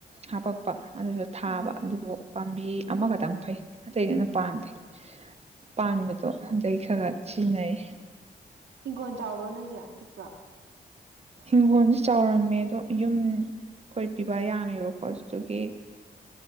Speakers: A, on the right (about 35°); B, on the right (about 75°).
A: ꯍꯥꯄꯛꯄ ꯑꯗꯨꯗ ꯊꯥꯕ
B: ꯎꯝ
A: ꯑꯗꯨꯕꯨ ꯄꯥꯝꯕꯤ ꯑꯃꯈꯛꯇꯪ ꯐꯩ ꯑꯇꯩ ꯄꯥꯟꯗꯦ ꯄꯥꯟꯕꯗꯣ ꯑꯗꯩ ꯈꯔ ꯈꯔ ꯁꯤꯖꯤꯟꯅꯔꯤ
B: ꯍꯤꯡꯒꯣꯜ ꯆꯥꯎꯈ꯭ꯔꯣ ꯅꯣꯏꯒꯤ ꯄꯤꯛꯄ꯭ꯔꯣ
A: ꯍꯤꯡꯈꯣꯜꯁꯨ ꯆꯥꯎꯔꯝꯃꯦ ꯑꯗꯣ ꯌꯨꯝ ꯑꯩꯈꯣꯏ ꯄꯤꯕ ꯌꯥꯝꯃꯦꯕꯀꯣꯑꯗꯨ ꯗꯨꯒꯤ